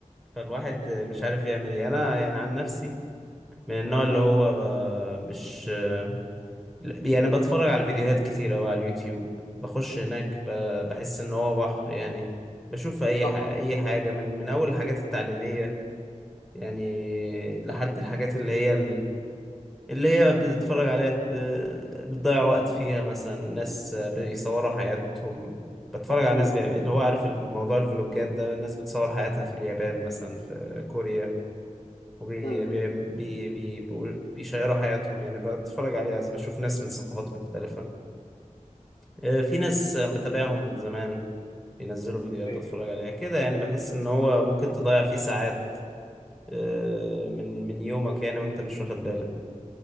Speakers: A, in the centre; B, on the left (about 35°).
A: فالواحد مش عارف يعمل ايه انا يعني عن نفسي من النوع اللي
B: امم
A: هو ب... مش لا، يعني بتفرج على فيديوهات كتير قوي على اليوتيوب بخش هناك ب... بحس ان هو بحر يعني بشوف اي
B: صح
A: ح... اي حاجة من من اول الحاجات التعليمية يعني لحد الحاجات اللي هي اللي هي بتتفرج عليها ت- بتضيع وقت فيها مثلا ناس بيصوروا حياتهم بتفرج على
B: امم
A: ناس بيعمل اللي هو عارف الف- موضوع الفلوجات ده الناس بتصور حياتها في اليابان مثلا في كوريا وبي
B: امم
A: بي بي بي بيقول- بيشيروا حياتهم يعني بتفرج عليها بشوف ناس من ثقافات مختلفة آه، في ناس بتابعهم من زمان بينزلوا فيديوهات
B: ايوه
A: بتفرج عليها كده يعني بحس ان هو ممكن تضيع فيه ساعات آه، من من يومك يعني وانت مش واخد بالك